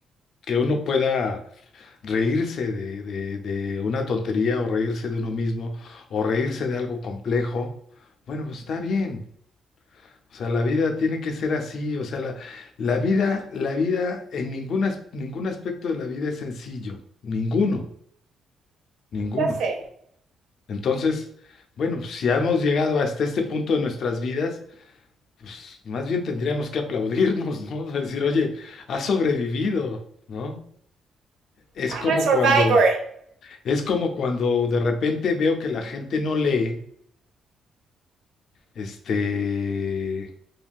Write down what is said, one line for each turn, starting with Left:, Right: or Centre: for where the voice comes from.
Left: que uno pueda reírse de, de- de una tontería o reírse de uno mismo o reírse de algo complejo. Bueno, pues está bien. O sea, la vida tiene que ser así. O sea, la, la vida, la vida, en ningún as- ningún aspecto de la vida es sencillo. Ninguno, ninguno.
Right: Ya sé,
Left: Entonces, bueno, pues, si hemos llegado hasta este punto de nuestras vidas, pues más bien tendríamos que aplaudirnos, ¿no? <laughs> O sea, decir, oye, has sobrevivido, ¿no? Es
Right: I'm
Left: como
Right: a survivor.
Left: cuando, es como cuando de repente veo que la gente no lee, este,